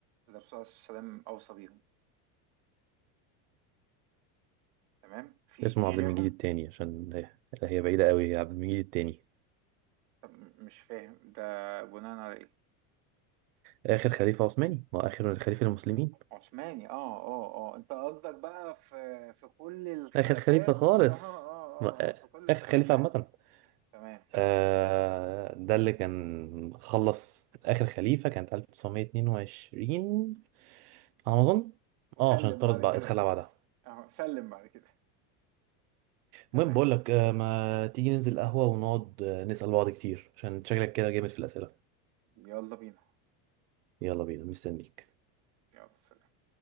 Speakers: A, on the right (about 55°); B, on the right (about 85°).
A: اللي الرسول صلى الله عليه وسلم أوصى بيهم تمام في
B: اسمه
A: في
B: عبد
A: غيرهم
B: المجيد التاني عشان هي هي بعيدة قوي هي عبد المجيد التاني
A: طب م- مش فاهم ده بناء على إيه
B: آخر خليفة عثماني وآخر خليفة المسلمين
A: عثماني اه اه اه انت قصدك بقى في في كل الخلافات
B: آخر خليفة خالص
A: اه اه اه
B: ما-
A: آه، في كل الخلافات
B: آخر خليفة عامة
A: تمام تمام
B: آه ده اللي كان خلص آخر خليفة كانت 1922 على ما أظن
A: وسلم
B: اه عشان اتطرد
A: بعد
B: بعد
A: كده
B: اتخلى بعدها
A: اه سلم بعد كده تمام
B: المهم بقول لك آه ما تيجي ننزل قهوة ونقعد آه نسأل بعض كتير عشان شكلك كده جامد في الأسئلة
A: يلا بينا
B: يلا بينا مستنيك
A: يلا سلام